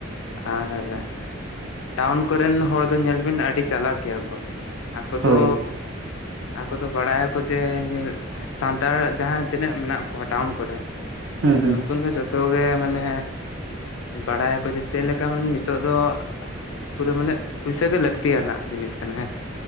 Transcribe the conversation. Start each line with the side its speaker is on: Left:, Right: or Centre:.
Left: ᱟᱨ, ᱴᱟᱣᱩᱱ ᱠᱚᱨᱮᱱ ᱦᱚᱲ ᱫᱚ ᱧᱮᱞ ᱵᱤᱱ ᱟᱹᱰᱤ ᱪᱟᱞᱟᱠ ᱜᱮᱭᱟ ᱠᱚ᱾ ᱟᱠᱚ
Right: ᱦᱳᱭ
Left: ᱫᱚ ᱟᱠᱚ ᱫᱚ ᱵᱟᱲᱟᱭᱟᱠᱚ ᱡᱮ, ᱥᱟᱱᱛᱟᱲ ᱡᱟᱦᱟᱸ ᱛᱤᱱᱟᱹᱜ ᱢᱮᱱᱟᱜ ᱠᱚᱣᱟ ᱴᱟᱣᱩᱱ ᱠᱚᱨᱮ
Right: ᱦᱩᱸ ᱦᱩᱸ
Left: ᱩᱱᱠᱩ ᱫᱚ ᱡᱚᱛᱚ ᱜᱮ ᱢᱟᱱᱮ ᱵᱟᱲᱟᱭᱟᱠᱚ ᱡᱮ ᱪᱮᱫ ᱞᱮᱠᱟ ᱢᱟᱱᱮ ᱱᱤᱛᱚᱜ ᱫᱚ ᱯᱩᱨᱟᱹ ᱢᱟᱱᱮᱜ ᱯᱩᱭᱥᱟᱹ ᱜᱮ ᱞᱟᱹᱠᱛᱤ ᱭᱟᱱᱟᱜ ᱡᱤᱱᱤᱥ ᱠᱟᱱᱟ ᱦᱮᱸ ᱥᱮ᱾